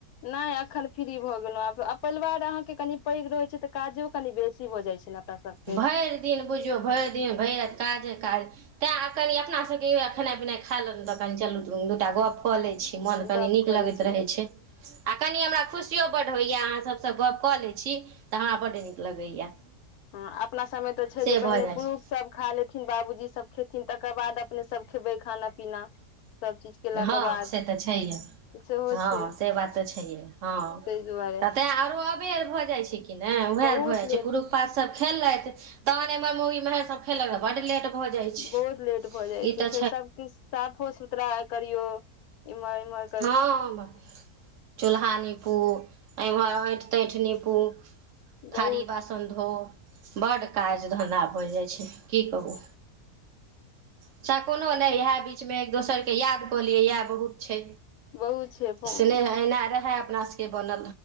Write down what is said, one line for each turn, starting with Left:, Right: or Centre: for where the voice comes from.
Left: नहि एखन फ्री भऽ गेलहुँ आब परिवार अहाँके कनि पैघ रहैत छै तऽ काजो कनि बेसी भऽ जाइत छै नऽ अपना सभके।
Right: भरि दिन बुझियौ भरि दिन भरि राति काजे काज तैँ कनि अपनासभके खेनाइ पिनाइ खा लेलहुँ तऽ कनि चलू दूनू गोटा गऽप कऽ लैत छी। मोन कनी
Left: गप
Right: नीक
Left: कऽ
Right: लगैत
Left: लै छियै
Right: रहै छै। आ कनि हमरा खुशियो बड्ड होइए। अहाँसभसँ गप्प कऽ लैत छी तऽ हमरा बड्ड नीक लगैए।
Left: हू अपना सबमे तऽ छै
Right: से
Left: जे
Right: भऽ
Left: पहिने
Right: जाइ छै
Left: पुरुष सब खा लेथिन बाबूजी सब खेथिन तकर बाद अपने सब खेबै खाना पीना सब चीज। केलाके
Right: हँ
Left: बाद
Right: से तऽ छैहे।
Left: सेहो
Right: हॅ
Left: छै
Right: से बात ते छैये हँ
Left: ताहि दुआरे
Right: ततें आरो अबेर भऽ जाइ छै। कि ने उह
Left: बहुत
Right: भए जाय छै
Left: लेट
Right: पुरुख पात सब खेलेत तहन एमहर मोगी मेहर सब खेलक बड लेट भऽ जाइ छै
Left: बहुत लेट भऽ जाइ
Right: ई
Left: छै
Right: तऽ
Left: फेर सब किछु साफो सुथरा करियो इम्हर इमहर
Right: हँ चूल्हा नीपू एम्हर हाँठि ताँठि नीपू थारी
Left: बहुत
Right: बासन धो बड्ड काज धन्धा भऽ जाइ छै की कहू चच्ाहे कोनो नहि इएह बीचमे एक दोसरकेँ याद कऽ लियै इएह बहुत छै
Left: बहुत छै
Right: स्नेह एना रहय अपना सभके बनल